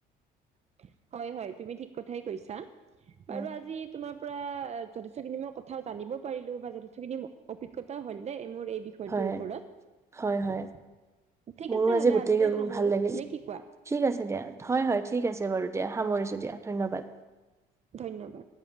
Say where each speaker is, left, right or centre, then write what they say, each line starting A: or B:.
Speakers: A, on the right; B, on the right.
A: <inaudible> হয় হয় তুমি ঠিক কথাই কৈছা
B: উম,
A: বাৰু আজি তোমাৰ পৰা যথেষ্ট খিনি মই কথাও জানিব পাৰিলো বা যথেষ্টখিনি অভিজ্ঞতা হ'ল দেই মোৰ। এই বিষয়টোৰ
B: হয়
A: ওপৰত
B: হয় হয়
A: ঠিক
B: মোৰো
A: আছে
B: আজি
A: হ'লে
B: গোটেই
A: আজিলৈ সামৰো
B: ভাল লাগিল
A: নে কি কোৱা
B: ঠিক আছে দিয়া হয় হয় ঠিক আছে। বাৰু দিয়া সামৰিছো দিয়া ধন্যবাদ।
A: ধন্যবাদ